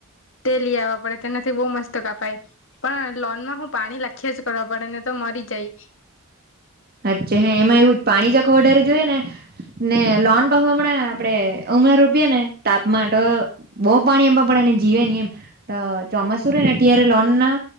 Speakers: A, on the left; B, on the right.
A: તે લઈ આવવા પડે તેનાથી બહુ મસ્ત કાપાય પણ લોન માં હું પાણી લખીયાજ કરવા પડે ને તો. મરી જાય.
B: અચ્છા હે એમાં એવું પાણી જાક વધારે જોય ને. ને લોન પાખવા પણે આપડે અમે રોપિયે ને તાપમાં તો બોવ પાણી આપવા પડે. ને જીવે ની એમ ચોમાસું રે ને ત્યાંરે લોન ના